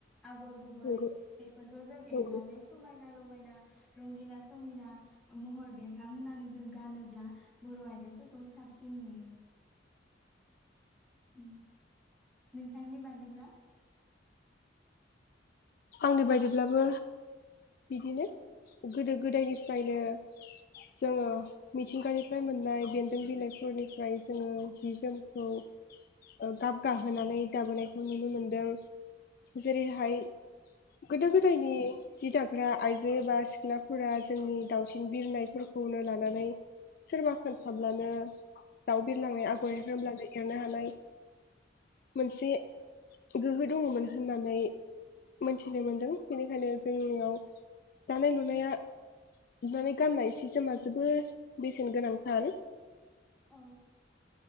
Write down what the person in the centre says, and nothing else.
आगर गुबै
बेफोरखौ जों
एरनानै समायना रमायना रंगिना संगिना महर बेरखां होननानै जों गानोब्ला बर' आइजोफोरखौ साबसिन नुयो। उम नोंथांनि बादिब्ला?
औ
औ
औ